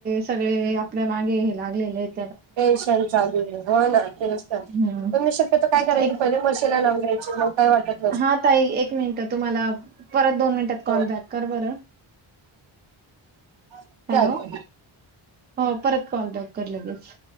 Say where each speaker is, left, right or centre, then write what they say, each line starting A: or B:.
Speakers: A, on the right; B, on the right.
A: सगळे आपल्या मागे हे लागलेले आहेत.
B: टेन्शन चालू आहे होय ना टेन्शन.
A: हम्म
B: पण मी शक्यतो काय करायची
A: एक
B: पहिले मशीनला लावून घ्यायची मग काय वाट
A: हा ताई एक मिनिट तुम्हाला परत दोन मिनिटात
B: हो
A: कॉल बॅक कर बरं.
B: <unintelligible>
A: हॅलो हो परत कॉल बॅक कर लगेच.